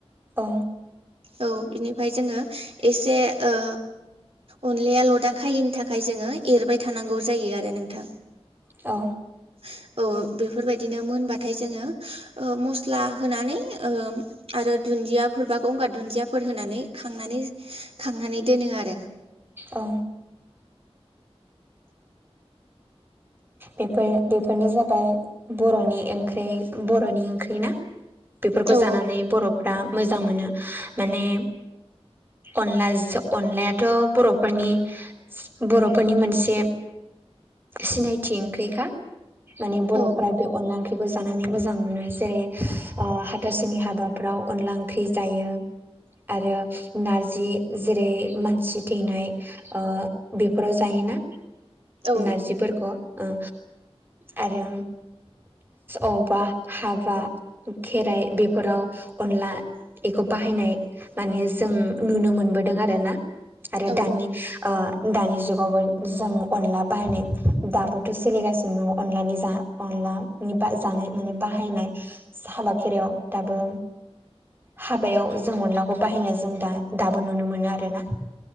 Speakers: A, on the right (about 20°); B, on the right (about 65°).
A: औ
B: औ बिनिफ्राय जोङो एसे ओ अनलाया लदा खायैनि थाखाय जोङो एरबाय थानांगौ जायो आरो नोंथां
A: औ
B: <unintelligible> औ बेफोरबायदिनो मोनबाथाय जोङो ओ मस्ला होनानै ओ आरो दुन्दियाफोर बा गंगार दुन्दियाफोर होनानै खांनानै खांनानै दोनो आरो
A: औ बेफोर बेफोरनो जाबाय बर'नि ओंख्रि बर'नि ओंख्रि ना बेफोरखौ
B: औ
A: जानानै बर'फ्रा मोजां मोनो माने अनला-अनलायाथ' बर'फोरनि बर'फोरनि मोनसे सिनाय- थि ओंख्रिखा माने बर'फोरा
B: औ
A: बे अनला ओंख्रि बेखौ जानानै मोजां मोनो जेरै ओ हाथासुनि हाबाफ्राव अनला ओंख्रि जायो आरो नार्जि जेरै मानसि थैनाय ओ बेफोराव जायोना
B: औ
A: नार्जिफोरखौ ओ आरो अबा हाबा खेराइ बेफोराव अनला बेखौ बाहायनाय माने जों नुनो मोनबोदों आरोना आरो
B: औ
A: दानि ओ दानि जुगावबो जों अनला बाहायनाय दाबोथ' सोलिगासिनो दङ अनलानि जा अनलानि बा जानाय माने बाहायनाय हाबा खेरायाव दाबो हाबायाव जों अनलाखौ बाहायनाय जों दा दाबो नुनो मोनो आरो ना